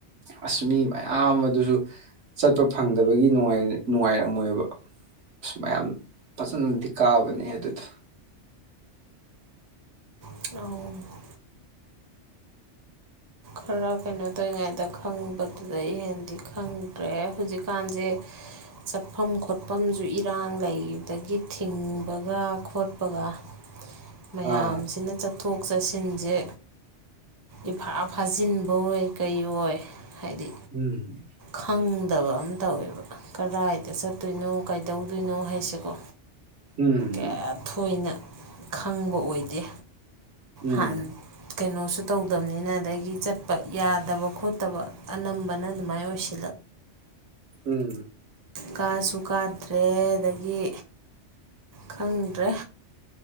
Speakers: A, on the right (about 75°); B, on the right (about 25°).
A: ꯑꯁ ꯃꯤ ꯃꯌꯥꯝ ꯑꯗꯨꯖꯨ ꯆꯠꯄ ꯐꯪꯗꯕꯒꯤ ꯅꯨꯡꯉꯥꯏ ꯅꯨꯡꯉꯥꯏꯔꯝꯃꯣꯏꯕ ꯁꯨ ꯃꯌꯥꯝ ꯐꯖꯅꯗꯤ ꯀꯥꯕꯅꯦ ꯑꯗꯨꯗꯣ
B: <unintelligible> ꯈꯔ ꯀꯩꯅꯣ ꯇꯧꯔꯤꯉꯩꯗ ꯈꯪꯕꯗꯨꯗ ꯏꯍꯦꯟꯗꯤ ꯈꯪꯗ꯭ꯔꯦ ꯍꯧꯖꯤꯛꯀꯥꯟꯖꯦ ꯆꯠꯐꯝ ꯈꯣꯠꯐꯝꯖꯨ ꯏꯔꯥꯡ ꯂꯩꯕꯗꯒꯤ ꯊꯤꯡꯕꯒ ꯈꯣꯠꯄꯒ ꯃꯌꯥꯝꯁꯤꯅ
A: ꯑꯥ
B: ꯆꯠꯊꯣꯛ ꯆꯠꯁꯤꯟꯖꯦ ꯏꯐꯥ ꯐꯥꯖꯤꯟꯕ ꯑꯣꯏ ꯀꯩꯑꯣ ꯑꯣꯏ ꯍꯥꯏꯗꯤ
A: ꯎꯝ
B: ꯈꯪꯗꯕ ꯑꯃ ꯇꯧꯋꯦꯕ ꯀꯗꯥꯏꯗ ꯆꯠ ꯇꯣꯏꯅꯣ ꯀꯩꯗꯧꯗꯣꯏꯅꯣ ꯍꯥꯏꯁꯦꯀꯣ
A: ꯎꯝ
B: <unintelligible> ꯊꯣꯏꯅ ꯈꯪꯕ ꯑꯣꯏꯗꯦ
A: ꯎꯝ
B: ꯍꯥꯟꯅ ꯀꯩꯅꯣꯁꯨ ꯇꯧꯗꯕꯅꯤꯅ ꯑꯗꯒꯤ ꯆꯠꯄ ꯌꯥꯗꯕ ꯈꯣꯠꯇꯕ ꯑꯅꯝꯕꯅ ꯑꯗꯨꯃꯥꯏꯅ ꯑꯣꯏꯁ <unintelligible>
A: ꯎꯝ
B: ꯀꯥꯁꯨ ꯀꯥꯗ꯭ꯔꯦ ꯑꯗꯒꯤ ꯈꯪꯗ꯭ꯔꯦ